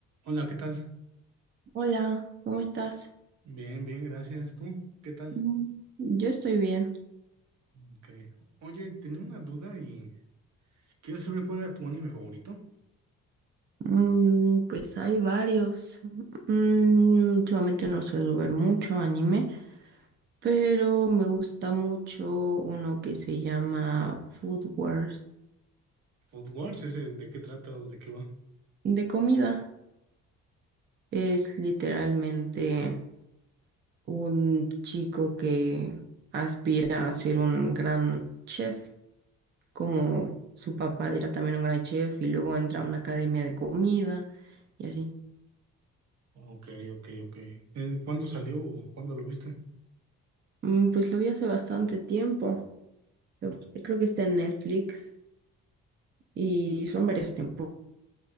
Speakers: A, on the right; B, on the right.
A: Hola, ¿qué tal?
B: Hola, ¿cómo estás?
A: Bien, bien, gracias. ¿Tú? ¿Qué tal?
B: Mm, Yo estoy bien.
A: Ok. Oye, tenía una duda y quiero saber cuál era tu anime favorito.
B: Mm, pues hay varios. Mm, últimamente no suelo ver mucho anime, pero me gusta mucho uno que se llama Food Wars
A: Food Wars, ese, ¿de qué trata o de qué va?
B: de comida. Es literalmente un chico que aspira a ser un gran chef, como su papá era también un gran chef, y luego entra a una academia de comida y así.
A: Ok, ok, ok. Eh, ¿cuándo salió o cuándo lo viste?
B: Mm, Pues lo vi hace bastante tiempo. pero Creo que está en Netflix y son varias temporadas